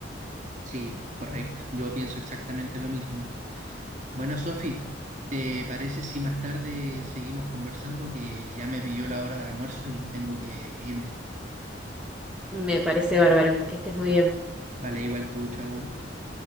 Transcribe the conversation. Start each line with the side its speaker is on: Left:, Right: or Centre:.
Right: Sí, correcto. Yo pienso exactamente lo mismo. Bueno, Sofi, ¿te parece si más tarde seguimos conversando? Que ya me pilló la hora de almuerzo y tengo que, que irme.
Centre: Me parece bárbaro. Que estés muy bien.
Right: Vale, igual tú, chau.